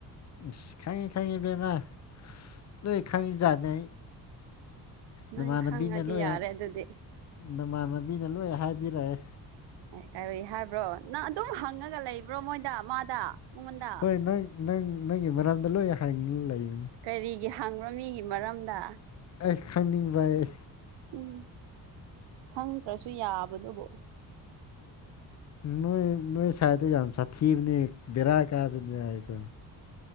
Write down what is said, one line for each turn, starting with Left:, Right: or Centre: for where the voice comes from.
Left: ꯁꯤ ꯈꯉꯤ ꯈꯉꯤꯕꯃꯥ ꯂꯣꯏ ꯈꯉꯤꯅꯤ
Right: ꯅꯪ
Left: ꯅꯃꯥꯟꯅꯕꯤꯅ
Right: ꯈꯪꯉꯗꯤ
Left: ꯂꯣꯏ
Right: ꯌꯥꯔꯦ ꯑꯗꯨꯗꯤ
Left: ꯅꯃꯥꯟꯅꯕꯤꯅ ꯂꯣꯏ ꯍꯥꯏꯕꯤꯔꯛꯑꯦ
Right: ꯑꯦ ꯀꯔꯤ ꯍꯥꯏꯕ꯭ꯔꯣ ꯅꯪ ꯑꯗꯨꯝ ꯍꯪꯉꯒ ꯂꯩꯕ꯭ꯔꯣ ꯃꯣꯏꯗ ꯃꯥꯗ ꯃꯉꯣꯟꯗ
Left: ꯍꯣꯏ ꯅꯪ ꯅꯪ ꯅꯪꯒꯤ ꯃꯔꯝꯗ ꯂꯣꯏ ꯍꯥꯏꯅꯤꯡ ꯂꯩꯕꯅꯤ
Right: ꯀꯔꯤꯒꯤ ꯍꯥꯡꯕ꯭ꯔꯃꯤꯒꯤ ꯃꯔꯝꯗ
Left: ꯑꯩ ꯈꯪꯅꯤꯡꯕ ꯑꯩ
Right: ꯎꯝ ꯈꯪꯗ꯭ꯔꯁꯨ ꯌꯥꯕꯗꯨꯕꯨ
Left: ꯅꯣꯏꯏ ꯅꯣꯏꯏ ꯁꯥꯏꯗ ꯌꯥꯝ ꯁꯥꯊꯤꯕꯅꯤ ꯦꯔꯥ ꯀꯥꯖꯅꯤ ꯍꯥꯏꯀ